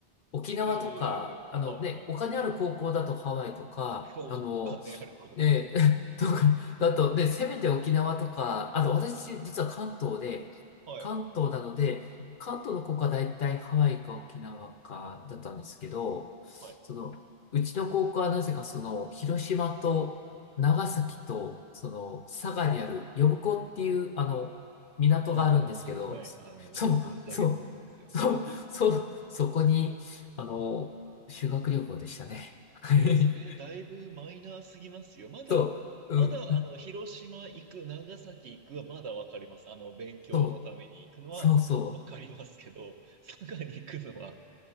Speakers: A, on the left (about 55°); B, on the right (about 70°).
A: 沖縄とか、
B: ええはいはいはい。
A: あのね、お金ある高校だとハワイとか、
B: お、
A: あの、
B: お金ある高校。
A: で、<laughs> とか、だと、で、せめて沖縄とか、あと私、実は関東で、
B: はい。
A: 関東なので、関東の子が大体ハワイか沖縄かだったんですけど、
B: はい。
A: その、うちの高校はなぜかその、広島と長崎と、その、佐賀にある呼子っていう、あの、港があるんですけど、
B: あの、はい、あの、
A: そう、
B: 存じ上げておりますよ。
A: そう、そう、そう、そこに、あの、修学旅行でしたね。<laughs> はい
B: いやいや、それだいぶマイナーすぎますよ。まだ、
A: そう、
B: まだ、
A: うん。
B: あの、広島行く、長崎行くはまだわかります。あの、勉強のために行くのはわかりますけど、
A: そうそうそ
B: 佐賀に行くのは